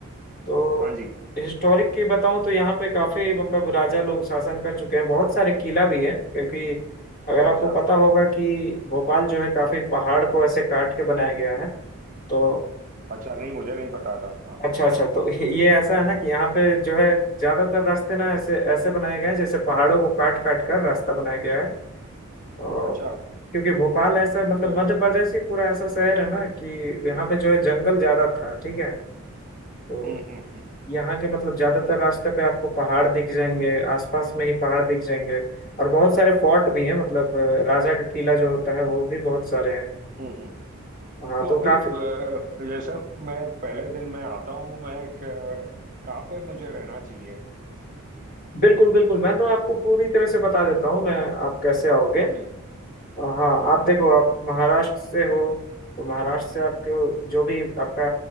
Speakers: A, on the left (about 40°); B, on the right (about 40°).
A: तो
B: हाँ जी
A: हिस्टोरिक की बताऊं तो यहाँ पे काफी मतलब राजा लोग शासन कर चुके हैं बहुत सारे किला भी है क्योंकि अगर
B: अच्छा
A: आपको पता होगा कि भोपाल जो है काफी पहाड़ को ऐसे काट के बनाया गया है तो
B: अच्छा नहीं मुझे नहीं पता था हाँ
A: अच्छा अच्छा तो <laughs> ये ऐसा है ना कि यहाँ पे जो है ज्यादातर रास्ते ना ऐसे ऐसे बनाए गए हैं जैसे पहाड़ों को काट काट कर रास्ता बनाया गया है और
B: अच्छा
A: क्योंकि भोपाल ऐसा मतलब
B: तो
A: मध्य प्रदेश ही पूरा ऐसा शहर है ना कि यहाँ पे जो है जंगल ज्यादा था ठीक है तो
B: हम्म हम्म हम्म
A: यहाँ के मतलब ज्यादातर रास्ते पे आपको पहाड़ दिख जाएंगे आसपास में ही पहाड़ दिख जाएंगे और बहुत सारे फोर्ट भी हैं मतलब अ, राजा का किला जो होता है वो भी बहुत सारे हैं
B: हम्म हम्म।
A: हाँ
B: तो
A: तो
B: अभी
A: काफी
B: अ, जैसे मैं पहले दिन में आता हूँ मैं एक अ, कहाँ पे मुझे रहना चाहिए
A: बिल्कुल बिल्कुल मैं तो आपको पूरी तरह से बता देता हूँ मैं आप कैसे आओगे
B: हाँ जी
A: हाँ
B: हम्म
A: आप
B: हम्म
A: देखो आप महाराष्ट्र से हो तो महाराष्ट्र से आपको जो भी आपका